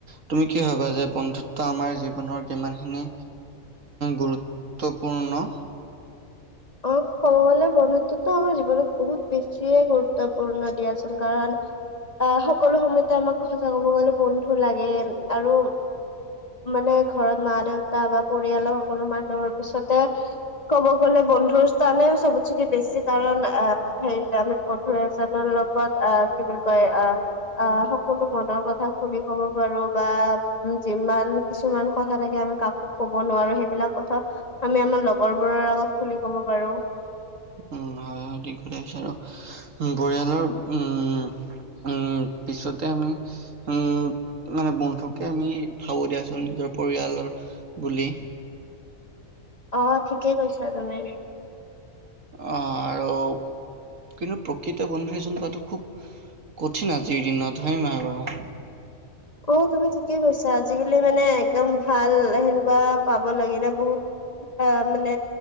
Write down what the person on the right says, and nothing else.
তুমি কি ভাবা যে বন্ধুত্ব আমাৰ জীৱনৰ কিমান খিনি গুৰুত্বপূৰ্ণ
উম হয় হয় ঠিক কথা কৈছা আৰু আৰু পৰিয়ালৰ উম উম, পিছতে আমি উম মানে বন্ধুকে আমি ভাবো দিয়াচোন নিজৰ পৰিয়ালৰ বুলি
অহ আৰু কিন্তু প্ৰকৃত বন্ধু এজন পোৱাটো খুব কঠিন আজিৰ দিনত হয়নে নহয় বাৰু